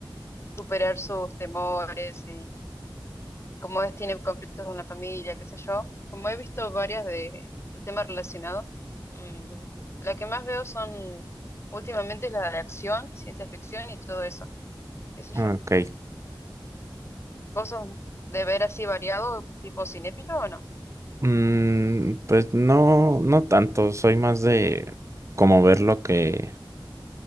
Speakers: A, on the left; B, on the right.
A: superar sus temores como es, tiene conflictos con la familia, qué sé yo. Como he visto varias de un tema relacionado, mm, la que más veo son últimamente es la de acción, ciencia ficción y todo eso, qué sé
B: Ok.
A: yo. ¿Vos sos de ver así variado, tipo cinéfilo o no?
B: Mm, pues no, no tanto. Soy más de como ver lo que.